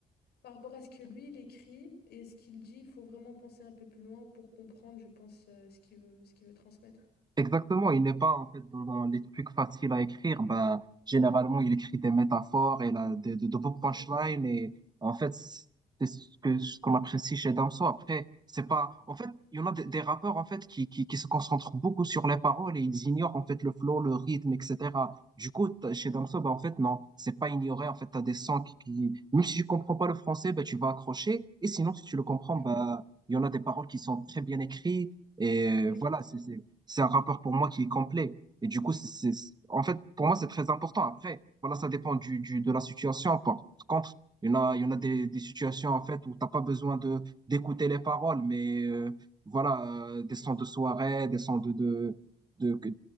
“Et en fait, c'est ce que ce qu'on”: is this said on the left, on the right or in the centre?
Right